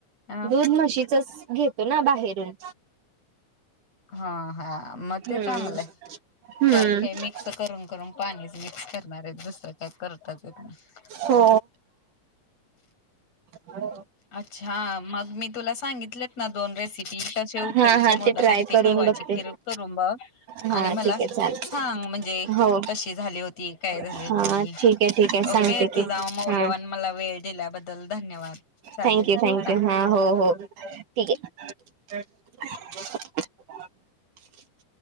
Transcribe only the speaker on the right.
दूध म्हशीचच घेते तो ना बाहेरून
हम्म.
हम्म
हो हो
हा हा
ट्राय
करून
बघते.
हा
ठीक आहे चालेल
हो
हा
ठीक आहे ठीक आहे
सांगते
की
हा.
थँक्यू
थँक्यू
हा हो हो ठीक आहे